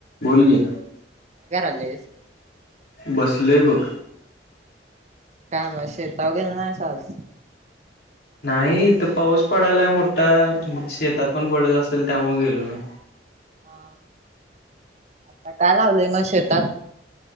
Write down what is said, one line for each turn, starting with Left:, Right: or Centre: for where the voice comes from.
Left: बोलगी
Right: लेस
Left: बसलेैवघ
Right: का म शतावघेल नाही साज
Left: नाही इथ पाऊस पडायला मोठा शेतात पण पडत असेल त्यामुळे गेलो नाही
Right: हा आता काय लावलंय मग शेतात